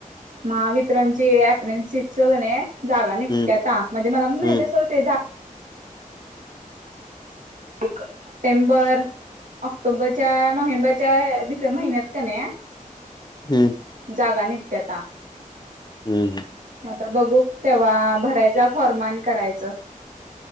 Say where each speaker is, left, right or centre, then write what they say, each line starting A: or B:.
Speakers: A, on the right; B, on the left.
A: महावितरणची अप्रेनसीची कनाई जागा निघत्याता
B: हम्म
A: म्हणजे मला पण माहतीहाय
B: हम्म
A: सोड ते जा एक <unintelligible> ऑक्टोबरच्या, नोव्हेंबरच्या महिन्यात की नाई
B: हम्म.
A: जागा निघत्याता.
B: हम्म, हम.
A: आता बघू तेव्हा भरायचा फॉर्म आणि करायचं.